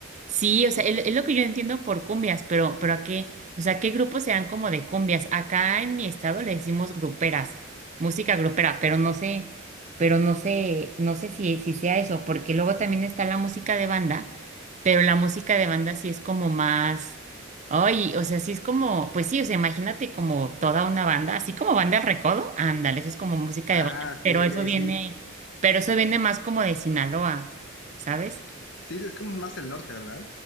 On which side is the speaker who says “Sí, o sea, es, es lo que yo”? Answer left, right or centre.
Right